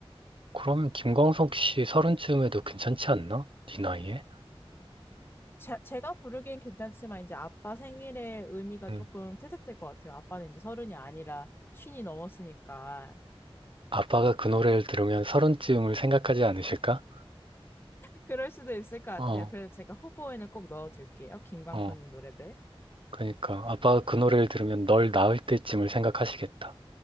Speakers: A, on the right; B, on the left.
A: 그러면 김광석 씨 서른쯤에도 괜찮지 않나? 네 나이에?
B: 제, 제가 부르기엔 괜찮지만 이제 아빠 생일의 의미가
A: 음.
B: 조금 퇴색될 것 같아요. 아빠는 이제 서른이 아니라 쉰이 넘었으니까
A: 아빠가 그 노래를 들으면 서른쯤을 생각하지 않으실까?
B: 그럴 수도 있을 것 같아요.
A: 어,
B: 그래서 제가 후보에는 꼭 넣어둘게요. 김광선님
A: 어.
B: 노래들.
A: 그러니까 아빠가 그 노래를 들으면 널 낳을 때쯤을 생각하시겠다.